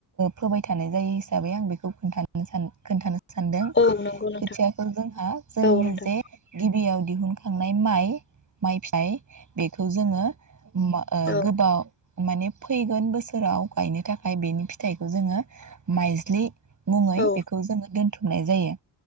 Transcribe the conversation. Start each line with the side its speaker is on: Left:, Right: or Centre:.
Right: फोबाय थानाय जायो हिसाबै आं बेखौ खोन्थानो सान खोन्थानो स सानदों
Left: औ नंगौ नोंथां
Right: खोथियाखौ जोंहा जोंनि
Left: औ नोंथां
Right: जे गिबियाव दिहुनखांनाय माइ माइफ्राय <unintelligible> बेखौ जोङो ओ
Left: औ
Right: गोबाव माने फैगोन बोसोराव गायनो थाखाय बेनि फिथाइखौ जोङो माइज्लि मुङै
Left: औ
Right: बेखौ जोङो दोनथ' नाय जायो